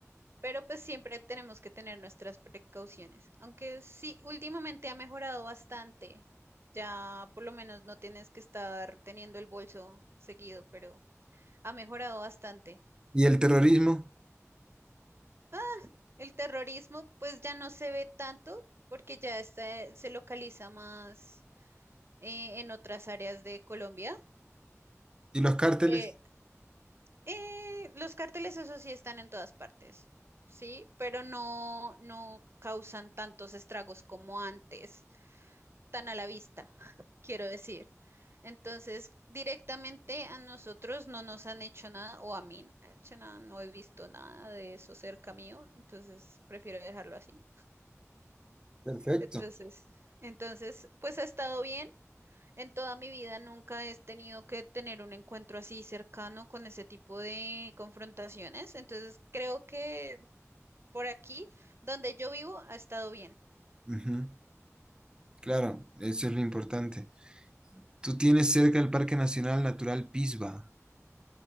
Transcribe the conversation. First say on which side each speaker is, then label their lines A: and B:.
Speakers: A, on the right; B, on the right.
A: Pero pues siempre tenemos que tener nuestras precauciones. Aunque sí, últimamente ha mejorado bastante. Ya por lo menos no tienes que estar teniendo el bolso seguido, pero ha mejorado bastante.
B: ¿Y el terrorismo?
A: Ah, el terrorismo pues ya no se ve tanto porque ya está, eh, se localiza más eh, en otras áreas de Colombia.
B: ¿Y los cárteles?
A: Pe- eh, los cárteles, eso sí, están en todas partes, sí, pero no, no causan tantos estragos como antes. tan a la vista, <laughs> quiero decir. Entonces, directamente a nosotros no nos han hecho nada, o a mí no me han hecho nada, no he visto nada de eso cerca mío, entonces prefiero dejarlo así.
B: Perfecto.
A: Entonces, entonces, pues ha estado bien. En toda mi vida nunca he tenido que tener un encuentro así cercano con ese tipo de confrontaciones. Entonces, creo que por aquí, donde yo vivo, ha estado bien.
B: Ujú, Claro, eso es lo importante. Tú tienes cerca el Parque Nacional Natural Pisba.